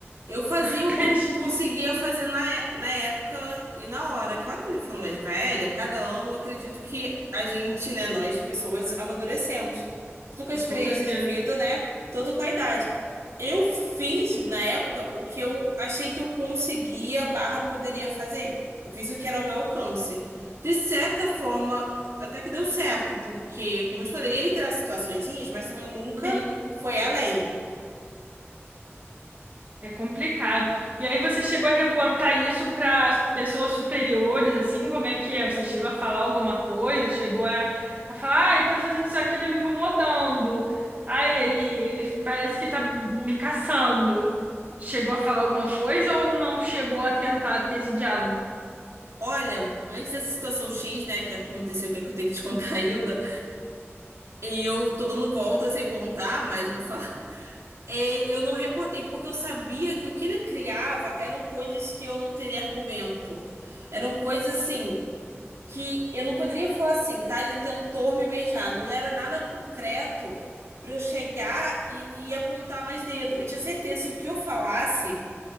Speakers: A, on the right; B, on the right.
A: Eu fazia
B: <laughs>
A: o
B: Tadinha,
A: que eu conseguia fazer na, é- na época e na hora. Claro que eu já ficando mais velha, cada ano eu acredito que a gente, né, nós pessoas, amadurecemos. Tudo com a experiência
B: com certeza.
A: de vida, né? Tudo com a idade. Eu fiz, na época, o que eu achei que eu conseguia, barra, poderia fazer. Eu fiz o que era ao meu alcance. De certa forma, até que deu certo, porque, como eu te falei, ele criava situaçõezinhas, mas também nunca
B: Sim.
A: foi além.
B: É complicado. E aí você chegou a reportar isso para as pessoas superiores, assim, como é que é? Você chegou a falar alguma coisa? Chegou a, a falar, ah, ele tá fazendo isso aqui, tá me incomodando. Ah, ele, ele parece que tá me caçando. Chegou a falar alguma coisa ou não chegou a tentar ter esse diálogo?
A: Olha, antes dessa situação X, né, que aconteceu, que é que eu tenho que te contar ainda, e eu tô dando volta sem contar, mas eu vou falar. <laughs> É, eu não reportei, porque eu sabia que o que ele criava eram coisas que eu não teria argumento. Eram coisas assim, que eu não poderia falar assim, tá? Ele tentou me beijar. Não era nada concreto pra eu chegar e, e apontar mais dedo. Eu tinha certeza que o que eu falasse,